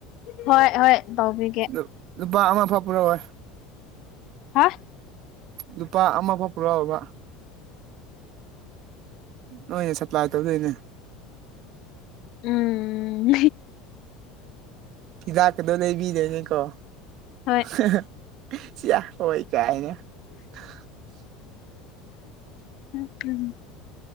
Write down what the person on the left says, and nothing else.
ꯍꯣꯏ ꯍꯣꯏ ꯇꯧꯕꯤꯒꯦ
ꯍꯥ
ꯎꯝ
ꯍꯣꯏ
ꯎꯝ ꯎꯝ